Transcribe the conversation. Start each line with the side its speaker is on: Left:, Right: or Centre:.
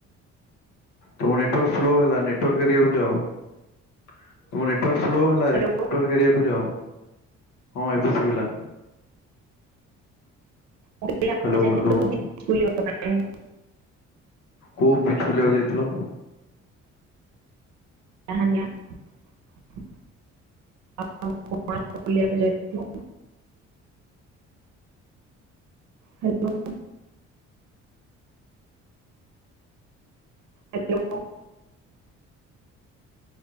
Left: ତମ ନେଟୱାରକ ସ୍ଲୋ ହେଲା ନେଟୱର୍କ ଆଡକୁ ଯାଅ ତମ ନେଟୱ୍ଵର୍କ ସ୍ଲୋ ହେ
Right: ହ୍ୟାଲୋ
Left: କୁ ଯାଉ ହଁ ଏବେ ଶୁୋଇିଲା।
Right: ମୁଁ କଇଲି ଆପଣ
Left: ହ୍ୟାଲୋ
Right: ଯାଇଥିଲେ
Left: ହ୍ୟାଲୋ
Right: ବୁଲିବା ପାଇଁ।
Left: କୋଉ ବିଚ୍ ବୁଲିଆକୁ ଯାଇଥିଲ?
Right: କାହା ନିଆ ପ୍ ଆପଣ କୁଆଡ଼େ ବୁଲିବାକୁ ଯାଇଥିଲ। ହ୍ୟାଲୋ। ହାଲୋ।